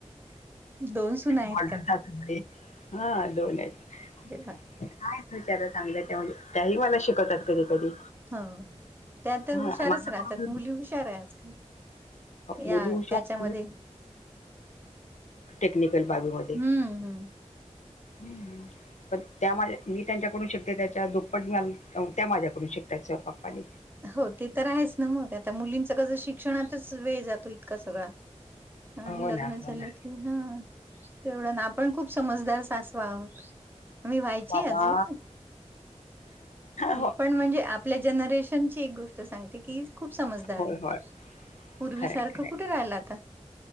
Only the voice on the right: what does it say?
<inaudible> दोन सून आहेत
का?
का?
हो त्या त रहुशारच
राहतात मुली हुशार आहे आजकाल या
त्याच्यामध्ये
हम्म हम्म
हो ते तर आहेच ना मग आता मुलींच कसं शिक्षणातच वेळ जातोय तोय सगळा आणि
लग्न
झालं
क कि हा तेवढं ना आपण खूप समजदार सासवा आहोत मी व्हायची
अजून
पण म्हणजे आपल्या जनरेशन. एक गोष्ट सांगते की खूप समजदार
आहे
पूर्वी
सारखं
कुठे राहिला आता.